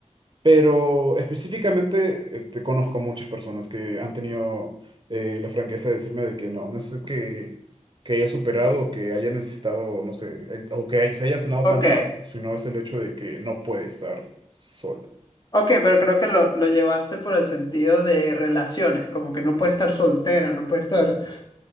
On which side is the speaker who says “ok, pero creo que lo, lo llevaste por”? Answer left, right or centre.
Left